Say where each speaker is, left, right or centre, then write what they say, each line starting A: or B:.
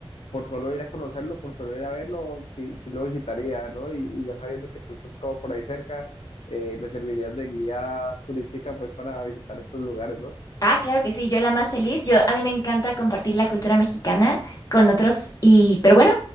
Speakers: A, on the left; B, on the left.
A: por solo ir a conocerlo, por solo ir a verlo, sí, sí lo visitaría, ¿no? Y, y ya sabiendo que tú estás como por ahí cerca, eh, me servirías de guía turística pues para visitar estos lugares, ¿no?
B: Ah, claro que sí, yo la más feliz. Yo, a mí me encanta compartir la cultura mexicana con otros. Y, pero bueno,